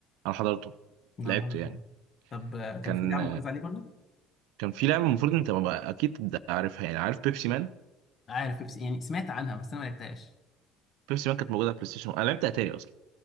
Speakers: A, on the right; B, on the left.
A: انا حضرته
B: انا
A: لعبته
B: ما حضرت
A: يعني
B: ولا. طب آه، كان
A: كان
B: في لعب مؤلف عليه برضو
A: كان في لعبة المفروض انت ما- اكيد عارفها يعني عارف بيبسي مان
B: عارف بيبسي يعني سمعت عنها بس انا ما لعبتهاش
A: بيبسي مان كانت موجودة على بلاي ستيشن 1 انا لعبت اتاري اصلا